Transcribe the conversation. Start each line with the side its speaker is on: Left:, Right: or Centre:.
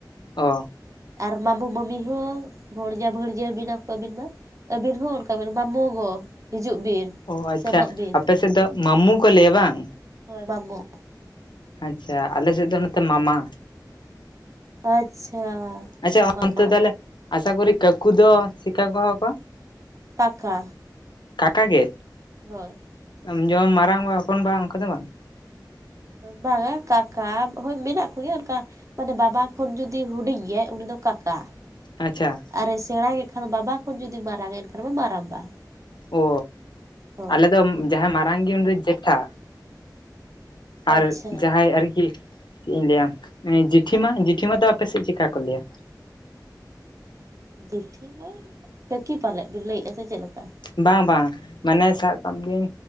Left: ᱚ
Right: ᱟᱨ ᱢᱟᱢᱩ ᱢᱟᱢᱤ ᱦᱚᱸ ᱵᱷᱚᱲᱡᱟ ᱵᱷᱟᱹᱲᱡᱟᱹ ᱵᱤᱱᱟ ᱠᱚ ᱟᱹᱵᱤᱱ ᱢᱟ ᱟᱹᱵᱤᱱ ᱦᱚᱸ ᱚᱱᱠᱟ ᱵᱤᱱ ᱵᱟᱢᱚ ᱜᱚ ᱦᱤᱡᱩᱜ ᱵᱤᱱ
Left: ᱚ ᱟᱪᱪᱷᱟ
Right: ᱥᱮᱱᱚᱜ ᱵᱤᱱ
Left: ᱟᱯᱮ ᱥᱮᱫ
Right: ᱦᱳᱭ
Left: ᱫᱚ ᱢᱟᱢᱩ ᱠᱚ ᱞᱟᱹᱭᱟ ᱵᱟᱝ
Right: ᱦᱳᱭ ᱢᱟᱢᱩ
Left: ᱟᱪᱪᱷᱟ ᱟᱞᱮ ᱥᱮᱫ ᱫᱚ ᱱᱚᱛᱮ ᱢᱟᱢᱟ
Right: ᱟᱪᱪᱷᱟ
Left: ᱟᱪᱪᱷᱟ
Right: ᱢᱟᱢᱟ
Left: ᱚᱱᱛᱮ ᱛᱟᱦᱞᱮ ᱟᱥᱟ ᱠᱚᱨᱤ ᱠᱟᱠᱩ ᱫᱚ ᱪᱮᱜᱠᱟ ᱠᱚ ᱦᱚᱦᱚᱣᱟ ᱠᱚᱣᱟ
Right: ᱠᱟᱠᱟ
Left: ᱠᱟᱠᱟ ᱜᱮ
Right: ᱦᱳᱭ
Left: ᱟᱢ ᱡᱚᱢ ᱢᱟᱨᱟᱝᱵᱟ ᱦᱚᱯᱚᱱᱵᱟ ᱚᱱᱠᱟ ᱫᱚ ᱵᱟᱝ
Right: ᱵᱟᱝᱟ ᱠᱟᱠᱟ ᱦᱳᱭ ᱢᱮᱱᱟᱜ ᱠᱚᱜᱮᱭᱟ ᱚᱱᱠᱟ ᱢᱟᱱᱮ ᱵᱟᱵᱟ ᱠᱷᱚᱱ ᱡᱩᱫᱤ ᱦᱩᱰᱤᱧ ᱜᱮᱭᱟᱭ ᱩᱱᱤ ᱫᱚ ᱠᱟᱠᱟ
Left: ᱟᱪᱪᱷᱟ
Right: ᱟᱨᱮ ᱥᱮᱬᱟ ᱜᱮᱠᱷᱟᱱ ᱵᱟᱵᱟ ᱠᱷᱚᱱ ᱡᱩᱫᱤ ᱢᱟᱨᱟᱝ ᱟᱭ ᱮᱱᱠᱷᱟᱱ ᱢᱟ ᱢᱟᱨᱟᱝᱵᱟ
Left: ᱳ
Right: ᱦᱳᱭ
Left: ᱟᱞᱮ ᱫᱚ ᱡᱟᱦᱟᱸᱭ ᱢᱟᱨᱟᱝ ᱜᱮ ᱩᱱᱤ ᱫᱚ ᱡᱮᱴᱷᱟ ᱟᱨ
Right: ᱟᱪᱪᱷᱟ
Left: ᱡᱟᱦᱟᱸᱭ ᱟᱨᱠᱤ ᱪᱮᱫ ᱤᱧ ᱞᱟᱹᱭᱟ ᱡᱤᱴᱷᱤᱢᱟ ᱡᱤᱴᱷᱤᱢᱟ ᱫᱚ ᱟᱯᱮ ᱥᱮᱫ ᱪᱤᱠᱠᱟ ᱠᱚ ᱞᱟᱹᱭᱟ
Right: ᱡᱤᱴᱷᱤᱢᱟ ᱠᱟᱹᱠᱤ ᱯᱟᱞᱮᱜ ᱵᱤᱱ ᱞᱟᱹᱭᱮᱜᱼᱟ ᱥᱮ ᱪᱮᱫ ᱞᱮᱠᱟ
Left: ᱵᱟᱝ ᱵᱟᱝ ᱢᱟᱱᱮ ᱥᱟᱵ ᱠᱟᱜ ᱵᱤᱱ